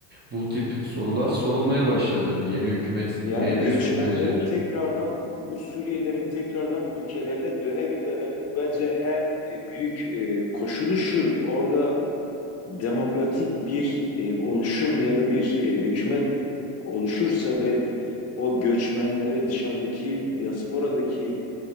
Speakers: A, on the right (about 25°); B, on the left (about 35°).
A: Bu tip sorular sorulmaya başladı. Yeni hükümet neye
B: Yani göçmenlerin
A: destek verecek?
B: tekrardan bu Suriyelilerin tekrardan ülkelerine dönebilmelerinin bence en e, büyük e, koşulu şu. Orada demokratik bir e, oluşum ya da bir e, hükümet oluşursa ve o göçmenlere dışarıdaki diasporadaki